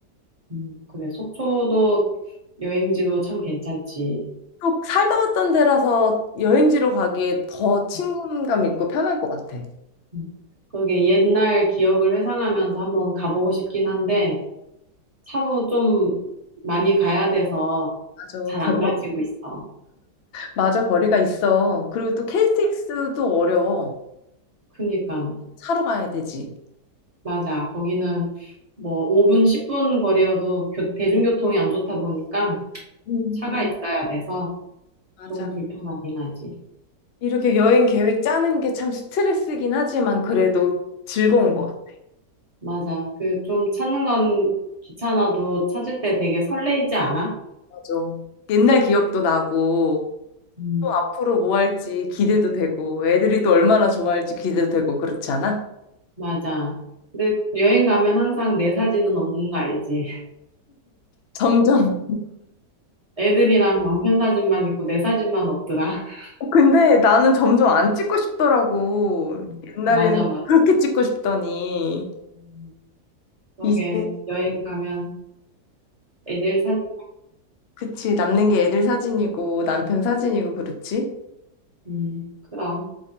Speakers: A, on the right; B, on the left.
A: 음, 그래. 속초도 여행지도 참 괜찮지.
B: 또 살다 왔던 데라서 여행지로 가기에 더 친근감
A: 음,
B: 있고 편할 것 같아.
A: 음. 그게 옛날 기억을 회상하면서 한번 가보고 싶긴 한데, 차로 좀 많이 가야 돼서
B: 맞아.
A: 잘
B: 거기가
A: 안 가지고 있어.
B: 맞아, 거리가 있어. 그리고 또 KTX도 어려워.
A: 그니까
B: 차로 가야 되지.
A: 맞아. 거기는 뭐 5분, 10분 거리여도 교- 대중교통이 안 좋다 보니까
B: 음.
A: 차가 있어야 돼서
B: 맞아.
A: 조금 불편하긴 하지.
B: 이렇게 여행 계획 짜는 게 참 스트레스긴 하지만 그래도 즐거운
A: 음,
B: 것 같아.
A: 맞아. 그 좀 찾는 건 귀찮아도 찾을 때 되게 설레이지 않아?
B: 맞아. 옛날 기억도 나고,
A: 음,
B: 또 앞으로 뭐 할지 기대도 되고, 애들이 또 얼마나 좋아할지 기대도 되고, 그렇지 않아?
A: 맞아. 근데 여행 가면 항상 내 사진은 없는 거 알지? <laughs>
B: 점점.
A: 애들이랑 남편 사진만 있고 내 사진만 없더라. <laughs>
B: <laughs> 근데 나는 점점 안 찍고 싶더라고.
A: 어,
B: 옛날에는
A: 맞아, 맞아.
B: 그렇게 찍고 싶더니,
A: 음, 그러게
B: 이제
A: 여행 가면 애들 사진,
B: 그치, 남는 게 애들 사진이고 남편 사진이고 그렇지?
A: 음, 그럼.